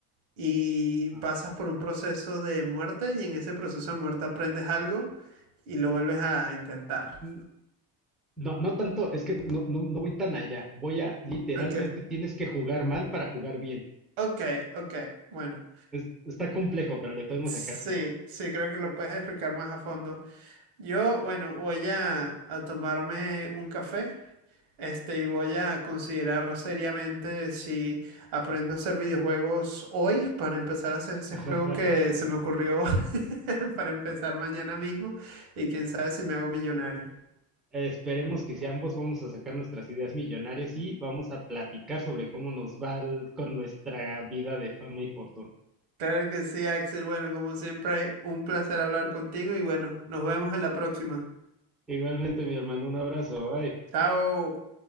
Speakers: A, on the right; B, in the centre.
A: y
B: Ajá.
A: pasas por un proceso de muerte y en ese proceso de muerte aprendes algo y lo vuelves a intentar.
B: Mm, No, no tanto, es que no, no, no voy tan allá. Voy a, literalmente
A: Ok,
B: tienes que jugar mal para jugar bien.
A: ok, ok, bueno.
B: Es- está complejo, pero le podemos
A: Sí,
B: sacar jugo.
A: sí, creo que lo puedes explicar más a fondo. Yo, bueno, voy a, a tomarme un café. Este, y voy a considerar seriamente si aprendo a hacer videojuegos hoy para empezar a hacer ese
B: <laughs>
A: juego que se me ocurrió <laughs> para empezar mañana mismo y quién sabe si me hago millonario.
B: Esperemos que si ambos vamos a sacar nuestras ideas millonarias y vamos a platicar sobre cómo nos va el- con nuestra vida de fama y fortuna.
A: Claro que sí, Axel. Bueno, como siempre, un placer hablar contigo y bueno, nos vemos en la próxima.
B: Igualmente, mi hermano, un abrazo. bye.
A: Chao.